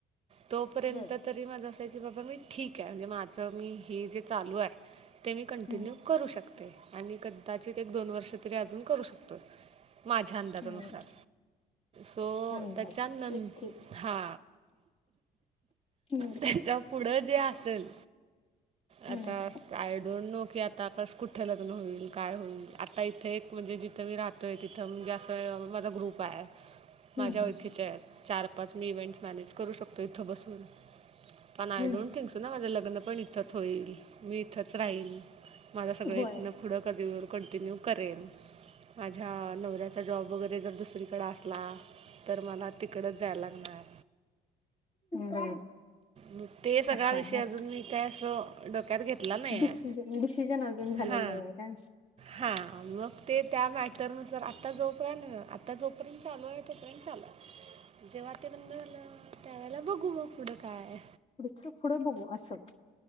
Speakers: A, on the right (about 35°); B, on the left (about 35°).
A: तोपर्यंत
B: बर
A: तरी माझ असं आहे की बाबा मी ठीक आहे, म्हणजे माझं मी हे जे चालू आहे ते मी कंटिन्यू
B: हम्म
A: करू शकते, आणि कदाचित एक दोन वर्ष तरी अजून करू शकतोय माझ्या अंदाजानुसार
B: हम्म
A: सो
B: अंदाज
A: त्याच्यानंत
B: ओके
A: हा
B: हम्म
A: त्यांच्या पुढं जे असेल,
B: हम्म
A: आता आय डोंट नो की आतास कुठे लग्न होईल काय होईल आता इथे एक म्हणजे जिथं मी राह तो तिथं हम्म म्हणजे माझा ग्रुप हाय माझ्या
B: हम्म
A: ओळखीच्या आहेत चार पाच मी इव्हेंट्स मॅनेज करू शकतो इथं बसून पण आय
B: हम्म
A: डोंट थिंक स ना माझं लग्न पण इथंच होईल, मी इथंच राहील माझं सगळं
B: होय
A: इथनं पुढं क कंटिन्यू करेल, माझ्या नवऱ्या चा जॉब वगैरे जर दुसरीकड असला तर मला तिकडंच जायला लागणार
B: बर
A: म ते सगळा
B: असं
A: विषय
B: आहे का
A: अजून मी काय असं डोक्यात घेतला नाही आहे,
B: डिसिजन डिसिजन अजून झालेलं
A: हा
B: नाही का
A: हा मग ते त्या मॅ तर नुसार. आत्ता जोपर्यंत आत्ता जोपर्यंत चालू ए तोपर्यंत चालु हाय. जेव्हा ते बंद झालं. त्यावेळेला बघू मग पुढं काय.
B: पुढच पुढं बघू असं.